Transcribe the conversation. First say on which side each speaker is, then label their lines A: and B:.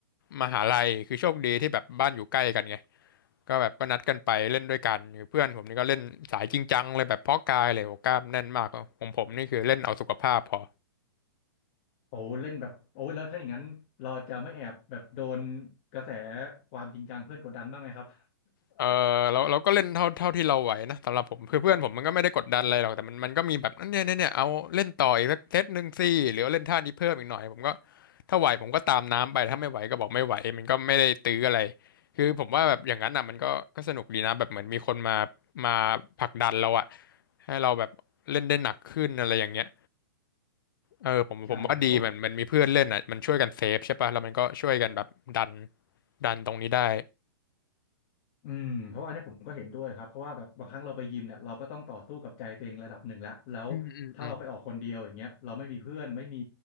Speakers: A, on the left (about 65°); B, on the left (about 35°).
A: มหาลัยคือโชคดีที่แบบบ้านอยู่ใกล้กันไงก็แบบก็นัดกันไปเล่นด้วยกันคือเพื่อนผมนี่ก็เล่นสายจริงจังเลยแบบเพาะกายเลยโอ้กล้ามแน่นมากของผมนี่คือเล่นเอาสุขภาพพอ
B: โอ้เล่นแบบโอ้แล้วถ้าอย่างนั้นเราจะไม่แอบแบบโดนกระแสความจริงจังเพื่อนกดดันบ้างไหมครับ
A: เออเราเราก็เล่นเท่าเท่าที่เราไหวนะสำหรับผมคือเพื่อนผมมันก็ไม่ได้กดดันอะไรหรอกแต่มันมันก็มีแบบเนี่ยเนี่ยเนี่ยเอาเล่นต่ออีกสักเซตหนึ่งสิหรือว่าเล่นท่านี้เพิ่มอีกหน่อยผมก็ถ้าไหวผมก็ตามน้ำไปถ้าไม่ไหวก็บอกไม่ไหวมันก็ไม่ได้ตื้ออะไรคือผมว่าแบบอย่างนั้นอ่ะมันก็ก็สนุกดีนะแบบเหมือนมีคนมามาผลักดันเราอะให้เราแบบเล่นได้หนักขึ้นอะไรอย่างเงี้ยเออผมผมว่าดีมันมันมีเพื่อนเล่นอ่ะมันช่วยกันเซฟใช่ป่ะแล้วมันก็ช่วยกันแบบดัน
B: <laughs> ใช่ครับเพราะ
A: ดันตรงนี้ได้
B: อืมเพราะว่าเนี่ยผมก็เห็นด้วยครับเพราะว่าแบบบางครั้งเราไปยิมเนี่ยเราก็ต้องต่อสู้กับใจตัวเองระดับหนึ่งแล้วแล้วถ้าเราไปออกคนเดียวอย่างเงี้ยเราไม่มีเพื่อนไม่มี
A: อืมอืมอืม